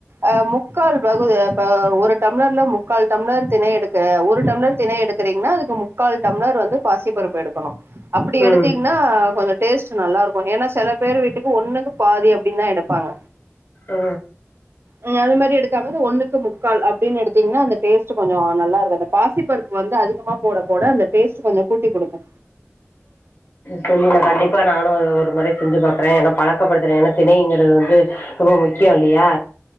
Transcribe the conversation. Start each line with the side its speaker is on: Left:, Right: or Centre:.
Right: அ முக்கால் பகுப் ப ஒரு டம்ளர்ல முக்கால் டம்ளர் தினை எடுக்க ஒரு டம்ளர் தினை எடுக் எடுத்தீங்கா அதுக்கு முக்கால் டம்ளர் வந்து பாசி பருப்பு எடுக்கணு அப்டி எடுத்தீங்கன்னா
Left: ம்
Right: கொஞ்ச டேஸ்ட் நல்லா இருக்கு ஏன்னா சில பேர் வீட்டுக்கு ஒண்ணுக்கு பாதி அப்டின்னு தா எடுப்பாங்க
Left: ஆ
Right: நீ அது மாரி எடுக் கண்ணு ஒண்ணுக்கு முக்கால் அப்டின்னு எடுத்தீங்கன்னா அந்த டேஸ்டு கொஞ்சம் நல்லா இருக்கு அந்த பாசிப்பருப்பு வந்து அதிகமா போட போட அந்த டேஸ்ட் கொஞ்ச கூட்டி குடுக்கு
Left: சொல்லி நா கண்டிப்பா நானு ஒரு முறை செஞ்சு பாக்குறே ஏனா பழக்கப்படுத்துறே ஏன்னா திணைங்கிறது வந்து ரொம்ப முக்கிய இல்லயா